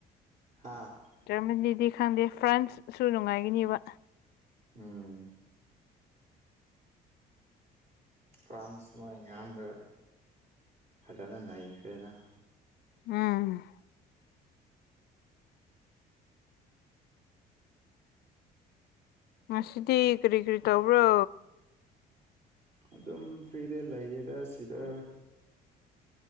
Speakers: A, on the right (about 50°); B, on the left (about 70°).
A: ꯍꯥꯥ
B: ꯖꯔꯃꯅꯤꯗꯤ ꯈꯪꯗꯦ ꯐ꯭ꯔꯥꯟꯁꯁꯨ ꯅꯨꯡꯉꯥꯏꯈꯤꯅꯦꯕ
A: ꯎꯝ ꯐ꯭ꯔꯥꯟꯁ ꯃꯣꯏ ꯑꯉꯥꯡꯗ ꯐꯖꯅ ꯅꯩꯈ꯭ꯔꯦꯅ
B: ꯎꯝ ꯉꯁꯤꯗꯤ ꯀꯔꯤ ꯀꯔꯤ ꯇꯧꯕ꯭ꯔꯣ
A: ꯑꯗꯨꯝ ꯐ꯭ꯔꯤꯗ ꯂꯩꯌꯦꯗ ꯁꯤꯗ